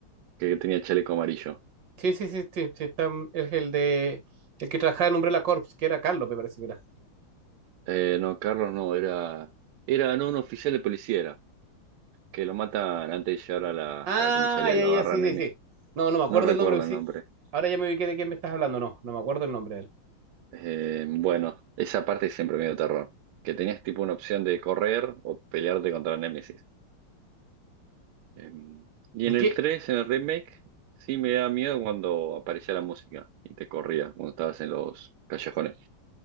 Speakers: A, on the right; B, on the right.
A: que tenía chaleco amarillo.
B: Sí, sí, sí, sí, sí, está, es el de... El que trabajaba en Umbrella Corps, que era Carlos, me parece que era.
A: Eh, no, Carlos no, era, era no, un oficial de policía era, que lo matan antes de llegar a la,
B: Ah,
A: a la comisaría,
B: ya,
A: lo
B: ya,
A: agarran
B: sí, sí,
A: Emi.
B: sí. No, no me acuerdo
A: No recuerdo
B: el nombre, pero
A: el
B: sí.
A: nombre.
B: Ahora ya me ubiqué de quién me estás hablando, no, no me acuerdo el nombre de él.
A: Eh, bueno, esa parte siempre me dio terror, que tenías tipo una opción de correr o pelearte contra Némesis. Eh, y
B: ¿Y
A: en
B: qué,
A: el tres en el remake, sí me da miedo cuando aparecía la música y te corría cuando estabas en los callejones.